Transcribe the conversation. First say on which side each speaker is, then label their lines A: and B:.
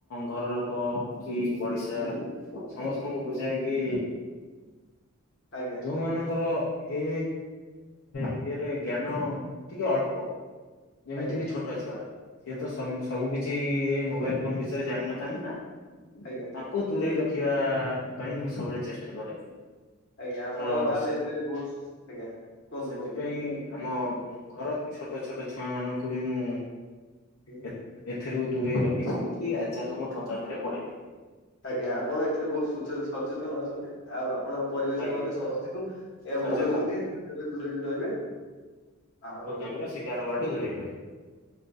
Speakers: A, on the left; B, on the left.
A: ଘର ଲୋକ କି ପଡିଶା ସମସ୍ତଙ୍କୁ ବୁଝାଏ କି
B: ଆଜ୍ଞା।
A: ଯୋଉମାନଙ୍କର ଏ ଇଏରେ ଜ୍ଞାନ ଟିକେ ଅଳ୍ପ ଯେମିତି
B: ଆଜ୍ଞା
A: କିି ଛୋଟ ଛୁଆ ସିଏ ତ ସବୁ କିଛି ଏ ମୋବାଇଲ ଫୋନ ବିଷୟରେ ଜାଣିନଥାନ୍ତ ନା।
B: ଆଜ୍ଞା।
A: ତାକୁ ଦୂରେଇ ରଖିବା ପାଇଁ ମୁଁ ସବୁବେଳେ ଚେଷ୍ଟା କରେ।
B: ଆଜ୍ଞା ଆପଣ
A: ତ
B: ତାହେଲେ
A: ସେ
B: ଏଥିରେ ବହୁତ ଆଜ୍ଞା କୁହନ୍ତୁ
A: ସେଥିପାଇଁ
B: କୁହନ୍ତୁ।
A: ଆମ ଘର ଛୋଟ ଛୋଟ ଛୁଆ ମାନଙ୍କୁ ବି ମୁଁ
B: ହୁଁ।
A: ଏ ଏଥିରୁ ଦୂରେଇ ରଖିଛି ବୋଲି ଆଜି ଯାକ ମୁଁ ଠକାମିରେ ପଡିନାହିଁ।
B: ଆଜ୍ଞା ଆପଣ ଏଥିରେ ବହୁତ ସଚେ ସଚେତନ ଅଛନ୍ତି। ଆଉ ଆପଣଙ୍କ ପରିବେଶରେ
A: ଆଜ୍ଞା
B: ମଧ୍ୟ ସମସ୍ତଙ୍କୁ ଏହା
A: ସଚେତନ
B: ବୁଝଉଛନ୍ତି ଏଥିରୁ ଦୂରେଇକି ରହିବେ। ଆଉ
A: ଠକାମି ର ଶିକାର ହବାଠୁ ଦୂରେଇ ରହି